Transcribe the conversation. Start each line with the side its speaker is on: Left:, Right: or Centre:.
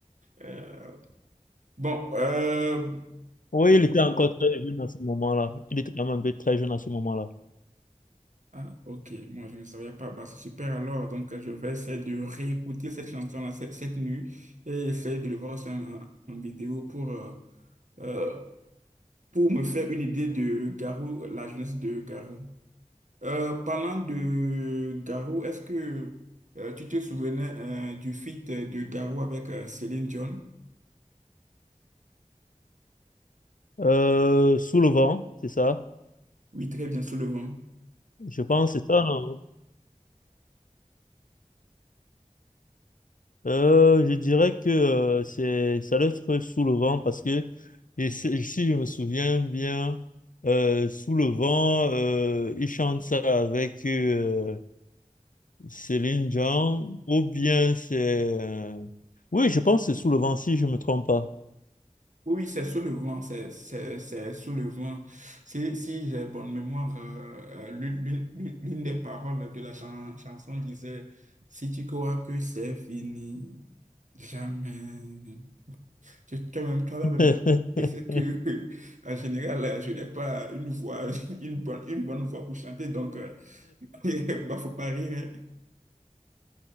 Right: Euh, Bon, euh,
Left: Oui, il était encore très jeune à ce moment-là. Il était quand même un peu très jeune à ce moment-là.
Right: ah, ok, moi je ne savais pas. Bah, c'est super alors. Donc, je vais essayer de réécouter cette chanson-là cette, cette nuit et essayer de le voir aussi en, en- en vidéo pour, euh, euh, pour me faire une idée de Garou, la jeunesse de Garou. Euh, parlant de Garou, est-ce que euh, tu te souvenais euh, du feat de Garou avec euh, Céline Dion?
Left: Euh, Sous le vent, c'est ça.
Right: Oui, très bien, sous le vent.
Left: Je pense que c'est ça. non Euh, je dirais que euh, c'est ça doit être Sous le vent parce que je sais- si je me souviens bien, euh, Sous le vent, euh, il chante ça avec. euh, Céline Dion, ou bien c'est... euh, Oui, je pense que c'est Sous le vent, si je ne me trompe pas.
Right: Oui, oui, c'est soulevant, c'est c'est- c'est soulevant. Si, si j'ai bonne mémoire, euh, euh, l'une l'une- l'une- l'une des paroles de la chan- chanson disait, Si tu crois que c'est fini, jamais. Tu- Toi-même, toi-même,
Left: <laughs>
Right: tu sais que, <laughs> en général, euh, je n'ai pas une voix, <laughs> une bonne, une bonne voix pour chanter, donc, euh, <laughs> bah, faut pas rire.